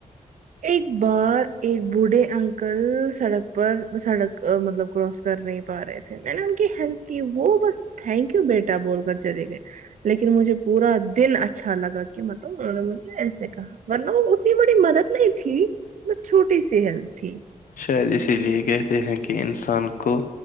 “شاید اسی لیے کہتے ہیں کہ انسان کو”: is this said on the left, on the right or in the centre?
Left